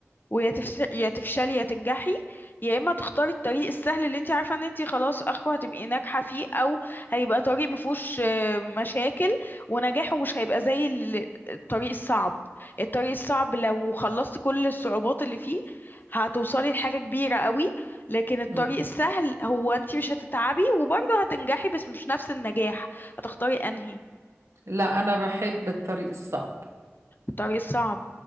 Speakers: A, on the left; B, on the right.
A: ويا تفس... يا تفشلي يا تنجحي يا اما تختاري الطريق السهل اللي انت عارفه ان انت خلاص اخره هتبقي ناجحه فيه او هيبقى طريق مفهوش آه، مشاكل ونجاحه مش هيبقى زي ال- الطريق الصعب الطريق الصعب لو خلصتي كل الصعوبات اللي فيه هتوصلي لحاجه كبيره قوي لكن الطريق
B: مم.
A: السهل هو انت مش هتتعبي وبرضه هتنجحي بس مش نفس النجاح هتختاري انهي
B: لا انا بحب الطريق الصعب
A: الطريق الصعب